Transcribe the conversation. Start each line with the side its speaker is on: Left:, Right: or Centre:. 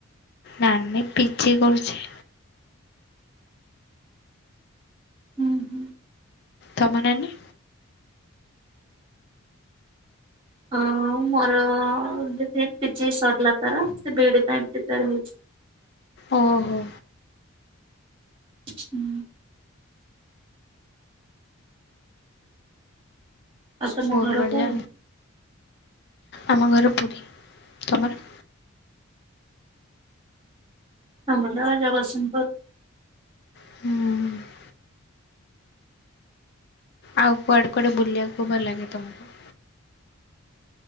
Left: ନାନୀ ପିଜି କରୁଛି।
Right: ହୁଁ ହୁଁ।
Left: ତମ ନାନୀ?
Right: ଅ ମୋର ଦିଦି ପିଜି ସରିଲା ତାର। ସେ ବିଡି ପାଇଁ ପ୍ରିପେୟାର ହୋଉଛି।
Left: ଓହୋ।
Right: ହୁଁ। ଆଉ ତମ
Left: ବହୁତ
Right: ଘର
Left: ବଢ଼ିଆ
Right: କୁଆଡ଼େ?
Left: ଆମ ଘର ପୁରୀ। ତମର?
Right: ଆମର ଜଗତସିଂପୁର।
Left: ହୁଁ। ଆଉ କୁଆଡ଼େ କୁଆଡ଼େ ବୁଲିବାକୁ ଭଲ ଲାଗେ ତମକୁ?